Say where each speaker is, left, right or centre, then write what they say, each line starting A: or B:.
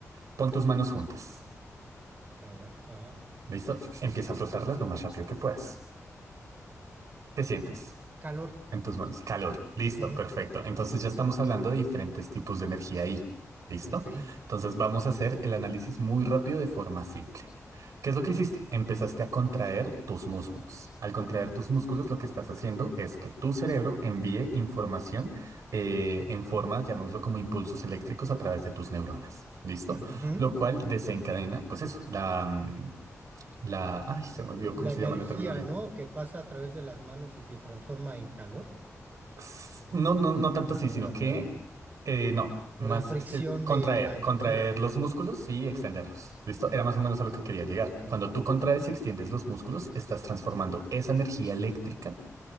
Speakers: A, on the right; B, on the right.
A: pon tus manos juntas.
B: A ver, ajá.
A: ¿Listo? Empieza a frotarlas lo más rápido que puedas. ¿Qué sientes?
B: Calor.
A: En tus manos. Calor. Listo,
B: Ujú,
A: perfecto. Entonces ya estamos hablando de diferentes tipos de energía ahí. ¿Listo?
B: Ok.
A: Entonces vamos a hacer el análisis muy rápido de forma simple. ¿Qué es lo que hiciste? Empezaste a contraer tus músculos. Al contraer tus músculos, lo que estás haciendo es que tu cerebro envíe información eh, en forma, llamémoslo como impulsos eléctricos a través de tus neuronas. ¿Listo?
B: Ujú,
A: Lo cual desencadena, pues eso, la, mm, la, ay, se me olvidó
B: La
A: cómo se
B: energía,
A: llama la terminología.
B: ¿no? Que pasa a través de las manos y se transforma en calor.
A: S- No, no, no tanto
B: ¿O
A: así,
B: no
A: sino
B: era por
A: que
B: ahí?
A: eh, no,
B: O
A: más
B: la fricción
A: es que contraer,
B: de la energía.
A: contraer los músculos y
B: Ujú.
A: extenderlos. ¿Listo? Era más o menos a lo que quería llegar.
B: Ah, ok.
A: Cuando tú contraes y extiendes los músculos, estás transformando esa energía eléctrica,